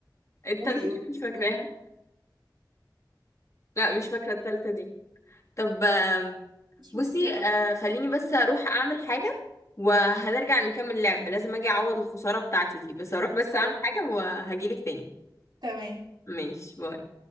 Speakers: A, on the left (about 40°); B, on the right (about 70°).
A: التالتة
B: قولي
A: دي
B: قولي
A: مش فاكراها
B: قولي
A: لا مش فاكرة التالتة دي طب آم،
B: مش
A: بصي
B: مشكلة
A: آه،
B: بقى
A: خليني بس اروح اعمل حاجة وهنرجع نكمل لعب لازم اجي اعوض الخسارة بتاعتي دي بس اروح بس
B: خلاص
A: اعمل حاجة وهجيلك تاني
B: تمام
A: ماشي باي